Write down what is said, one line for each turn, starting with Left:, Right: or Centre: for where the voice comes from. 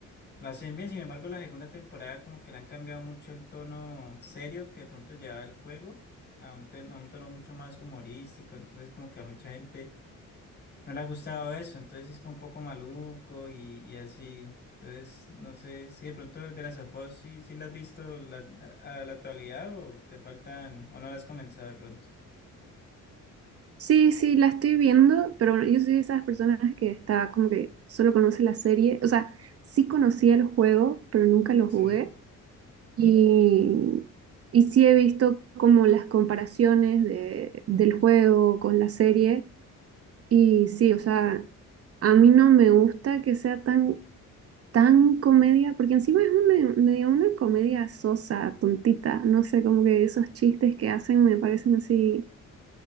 Left: lo hacen bien, sin embargo la segunda temporada como que le han cambiado mucho el tono serio que de pronto lleva el juego a un, ten- a un tono mucho más humorístico, entonces como que a mucha gente no le ha gustado eso, entonces sí es como un poco maluco y, y así. Entonces, no sé si de pronto de las afos sí, sí las has visto la- a la actualidad o te faltan o no las has comenzado de pronto.
Right: Sí, sí, la estoy viendo, pero yo soy de esas personas que está como que solo conoce la serie. O sea, sí conocía el juego, pero nunca lo
Left: Sí.
Right: jugué. Y, y sí he visto como las comparaciones de- del juego con la serie. Y sí, o sea, a mí no me gusta que sea tan, tan comedia, porque encima es una, medio una comedia sosa, tontita, no sé, como que esos chistes que hacen me parecen así,